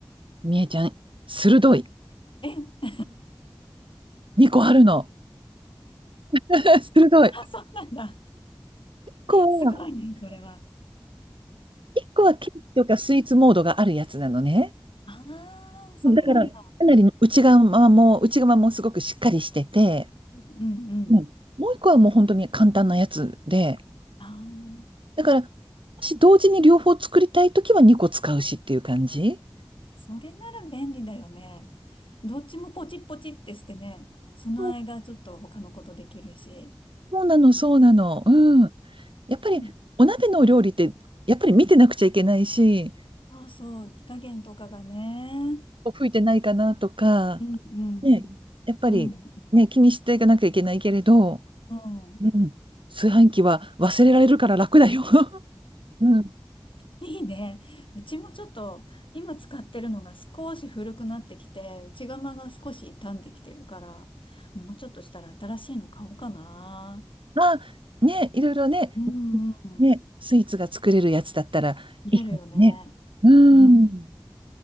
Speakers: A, on the right; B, on the left.
A: みえちゃん、鋭い。
B: え、
A: 2個あるの。<laughs> 鋭い。
B: あ、
A: 1
B: そうなんだ。
A: 個は、
B: すごいね、それは。
A: 1個はケーキとかスイーツモードがあるやつなのね。
B: ああ、そうなんだ。
A: だから、かなり内側も、内側もすごくしっかりしてて、
B: うんうん。
A: うんもう1個はもう本当に簡単なやつで、
B: ああ、
A: だから、もし同時に両方作りたいときは2個使うしっていう感じ
B: それなら便利だよね。どっちもポチッポチってしてね、その間ちょっと他のことできるし。
A: そうそうなの、そうなの。うん。やっぱりお鍋のお料理って、
B: うん
A: やっぱり見てなくちゃいけないし、
B: そうそう、火加減とかがね。
A: 吹いてないかなとか、
B: うんうん。
A: ね、やっぱり、
B: うん。
A: ね、気にしていかなきゃいけないけれど、
B: うん。
A: うん、
B: <laughs>
A: 炊飯器は忘れられるから楽だよ。<laughs> うん。
B: いいね。うちもちょっと、今使ってるのが少し古くなってきて、内釜が少し傷んできてるから、もうちょっとしたら新しいの買おうかな。
A: まあ、ね、いろいろね、
B: うんうん。
A: ね、スイーツが作れるやつだったらいいかもね。
B: 見れるよね。
A: うん。
B: うん。